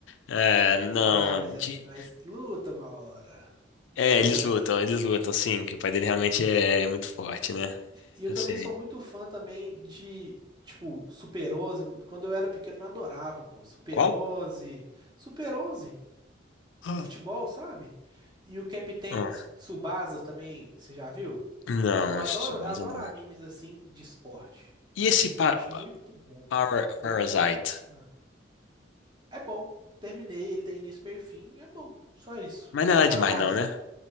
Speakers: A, on the left; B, on the right.
A: É, não.
B: Ah, mas é,
A: de-
B: mas luta uma hora.
A: É,
B: Luta.
A: eles lutam, eles lutam, sim. Que o pai dele realmente é é muito forte, né?
B: E eu
A: Eu
B: também
A: sei.
B: sou muito fã também de, tipo, Super onze Quando eu era pequeno, eu adorava, pô. Super
A: Qual?
B: onze Super onze
A: Ah,
B: de futebol, sabe? E o Capitão
A: Ah,
B: Tsubasa também, você já viu?
A: não,
B: Eu adoro,
A: isso Tsubasa
B: eu adoro
A: não.
B: animes assim de esporte.
A: E esse pa
B: Eu acho
A: Pa-
B: muito bom, pô.
A: Para-
B: Tem
A: Parasite?
B: um... Ah, É bom. Terminei, ele tem início, meio e fim. É bom. Só isso.
A: Mas não
B: Nada
A: é nada demais,
B: além.
A: não, né?